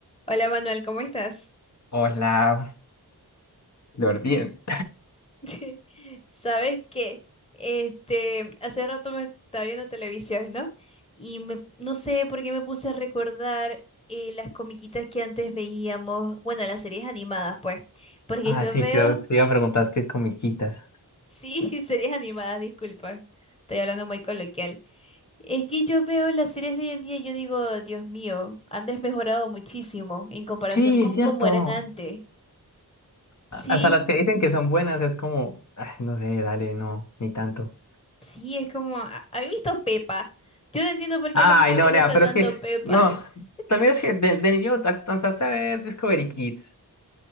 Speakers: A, on the left; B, on the left.
A: Hola Manuel, ¿cómo estás?
B: Hola, Lord, bien.
A: <laughs> Sabes que este hace rato me estaba viendo televisión, ¿no? Y me no sé por qué me puse a recordar eh, las comiquitas que antes veíamos, bueno, las series animadas, pues, porque
B: Ah,
A: yo
B: sí,
A: veo,
B: yo te iba a preguntar es que comiquitas.
A: sí, <laughs> series animadas, disculpa, estoy hablando muy coloquial. Es que yo veo las series de hoy en día y yo digo, Dios mío, han desmejorado muchísimo en comparación
B: Sí,
A: con
B: cierto.
A: cómo eran antes. Sí.
B: A- Hasta las que dicen que son buenas es como, ah, no sé, dale, no, ni tanto.
A: Sí, es como, ¿ha- ¿habéis visto Pepa? Yo no entiendo por qué
B: Ay,
A: a los niños
B: no,
A: les gusta
B: nea, pero
A: tanto
B: es que,
A: Pepa.
B: no,
A: <laughs>
B: también es que de, de niño alcanzaste a ver Discovery Kids.